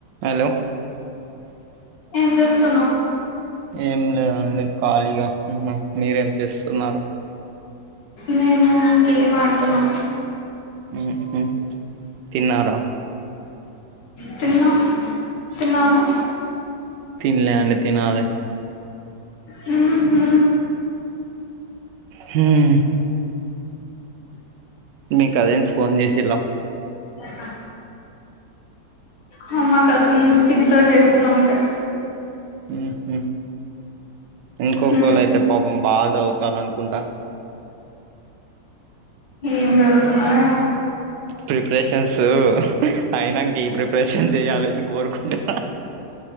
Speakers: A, on the right; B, on the left.
A: Hello
B: ఏం చేస్తున్నావ్
A: ఏం లేదండి ఖాళీయ నువ్వు మీరేం చేస్తున్నారు
B: మేము గేమ్ ఆడుతున్నా
A: హ్మ్ హు తిన్నారా
B: తిన్నా తిన్నావ నువ్
A: తినలే అండి తినాలి
B: హ్మ్ హు
A: హ్మ్ మీ కజిన్స్ ఫోన్ చేసిలా
B: అా హ మా కజిన్స్ ఇద్దరు చేసిలు అంతే
A: హ్మ్ హు ఇంకొకళ
B: ఉమ్
A: అయితే పాపం బా చదువుతారు అనుకుంటా
B: ఏం చదువుతున్నారో ఏమో
A: ప్రిపరేషన్స్ ఆయనాంక ఈ ప్రిపరేషన్ చెయాలని కోరుకుంటా